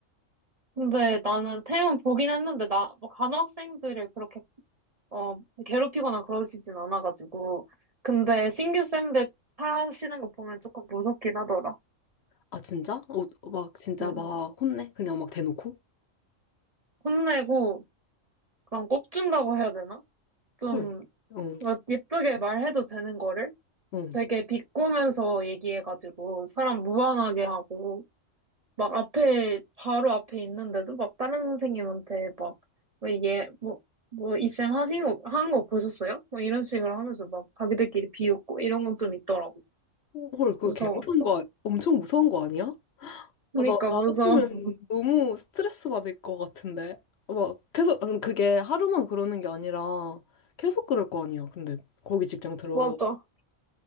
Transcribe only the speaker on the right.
근데 나는 태움 보긴 했는데, 나, 뭐 간호학생들을 그렇게, 어, 괴롭히거나 그러시진 않아가지고. 근데 신규 쌤들 타시는 거 보면 조금 무섭긴 하더라.
응.
혼내고, 약간 꼽준다고 해야 되나? 좀,
막 예쁘게 말해도 되는 거를
되게 비꼬면서 얘기해가지고, 사람 무안하게 하고. 막 앞에, 바로 앞에 있는데도 막 다른 선생님한테 막, 왜 얘, 뭐, 뭐, 이쌤 하신 거, 한 거 보셨어요? 뭐 이런 식으로 하면서 막 자기들끼리 비웃고 이런 건 좀 있더라고.
무서웠어.
그러니까
무서워.
<laughs>
맞아.